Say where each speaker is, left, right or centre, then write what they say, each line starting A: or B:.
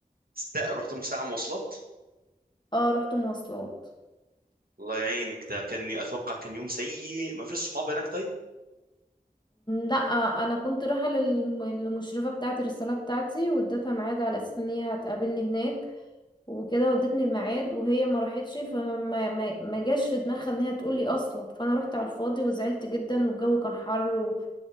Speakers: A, on the right; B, on the left.
A: ستا- رحت ساعة مواصلات
B: اه رحت مواصلات
A: الله يعينك ده كان اتوقع كان يوم سيء ما فيش صحاب هناك طيب
B: لا انا كنت رايحه للم- للمشرفه بتاعه الرساله بتاعتي واديتها ميعاد على اساس ان هي هتقابلني هناك وكده ودتني الميعاد وهي ما راحتش فما ما, ما, ما جاش في دماغها ان هي تقول لي اصلا فانا رحت على الفاضي وزعلت جدا والجو كان حر و-